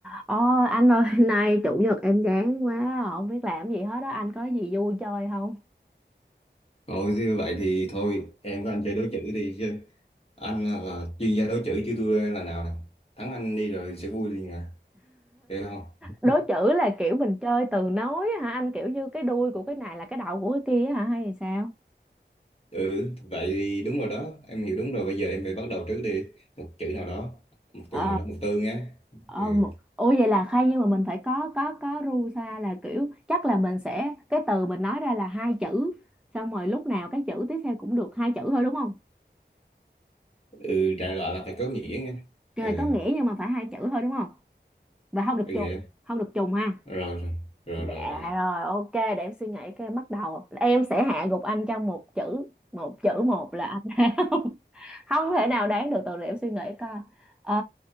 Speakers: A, in the centre; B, on the left.
A: Ồ, anh ơi, <laughs> nay chủ nhật em chán quá, không biết làm gì hết á, anh có gì vui chơi không?
B: Rồi như vậy thì thôi em với anh chơi đối chữ đi chứ anh là, là chuyên gia đối chữ chứ tôi là nào nè thắng anh đi rồi sẽ vui liền à được không
A: Đố chữ là kiểu mình chơi từ nối á hả? Anh kiểu như cái đuôi của cái này là cái đầu của cái kia á hả hay sao?
B: ừ vậy thì đúng rồi đó em hiểu đúng rồi bây giờ em phải bắt đầu trước đi một chữ nào đó một
A: Ờ,
B: từ nào đó một từ nghe
A: ờ,
B: ừ
A: một- Ủa vậy là hay nhưng mà mình phải có có có ru xa là kiểu chắc là mình sẽ cái từ mình nói ra là hai chữ xong rồi lúc nào cái chữ tiếp theo cũng được hai chữ thôi đúng không?
B: ừ đại loại là phải có nghĩa nghe
A: Trời
B: ừ
A: có nghĩa nhưng mà phải hai chữ thôi đúng không? Và không được
B: ừ
A: trùng,
B: vậy
A: không được trùng ha.
B: em rồi rồi rồi
A: Dạ
B: rồi rồi
A: rồi, ok, để em suy nghĩ cái em bắt đầu. Em sẽ hạ gục anh trong một chữ, một chữ một là anh <laughs> không Không thể nào đoán được từ để em suy nghĩ coi. Ờ,